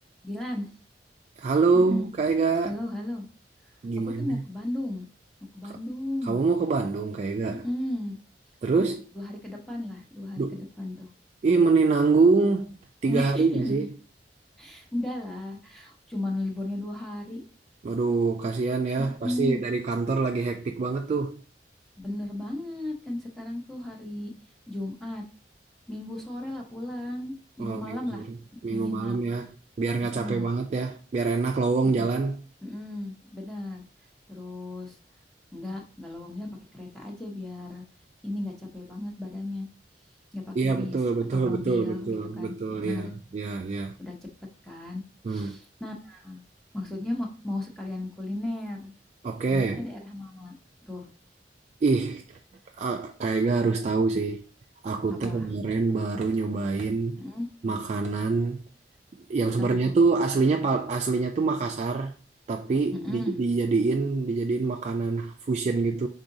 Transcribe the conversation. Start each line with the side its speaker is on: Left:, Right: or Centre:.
Centre: Dilan,
Right: Halo
Centre: mm-mm.
Right: Kak Ega,
Centre: Halo, halo.
Right: gimana?
Centre: Aku tuh mau ke Bandung, mau ke Bandung.
Right: Ka- Kamu mau ke Bandung Kak Ega?
Centre: Mm-mm.
Right: Terus?
Centre: Dua hari ke depan lah, dua hari
Right: Du-
Centre: ke depan tuh.
Right: Ih meninanggung tiga
Centre: <laughs>
Right: hari nggak sih?
Centre: Enggak lah, cuman liburnya dua hari.
Right: Waduh kasihan ya,
Centre: Mm-mm.
Right: pasti dari kantor
Centre: Se-
Right: lagi hektik banget tuh.
Centre: Bener banget kan sekarang tuh hari Jumat, Minggu sore lah pulang, Minggu
Right: Oh
Centre: malam
Right: minggu sore,
Centre: lah
Right: minggu
Centre: minimal.
Right: malam ya. Biar nggak
Centre: Mm-mm.
Right: capek banget ya, biar enak lowong
Centre: Mm-mm.
Right: jalan.
Centre: Mm-mm, benar. Terus nggak nggak lowongnya pakai kereta aja biar ini nggak capek banget badannya. Nggak pakai
Right: Iya
Centre: bis
Right: betul betul
Centre: atau mobil
Right: betul betul
Centre: gitu kan.
Right: betul
Centre: Benar,
Right: ya ya ya.
Centre: udah cepet kan.
Right: Hmm
Centre: Nah, maksudnya mau, mau sekalian kuliner.
Right: oke.
Centre: Enaknya daerah mana? Tuh,
Right: Ih a- Kak harus tahu sih. Aku
Centre: apa?
Right: tuh kemarin baru nyobain
Centre: Mm-mm,
Right: makanan. yang sebenarnya
Centre: apa tuh?
Right: tuh aslinya Pal- aslinya tuh Makassar tapi
Centre: Mm-mm,
Right: di- dijadiin dijadiin makanan fusion gitu